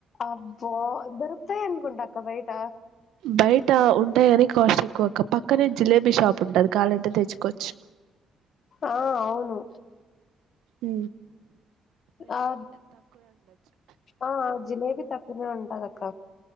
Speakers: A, on the left; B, on the right.
A: అబ్బో దరుతనికికు ఉంటాక బయట
B: బయట ఉంటాయిని కాస్ట్ ఎక్కువ కప్పు పక్కనే జిలేబీ షాప్ ఉంటది కాాలంటే తెచ్చుకోవచ్చు
A: ఆ అవును
B: హ
A: ఆ ఆ జిలేబీ తక్కువనే ఉంటాంది అక్క